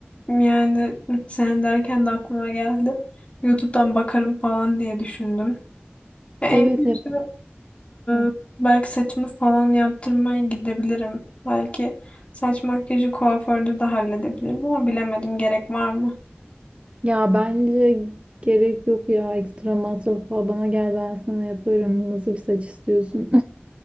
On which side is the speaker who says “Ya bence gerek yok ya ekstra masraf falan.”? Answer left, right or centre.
Right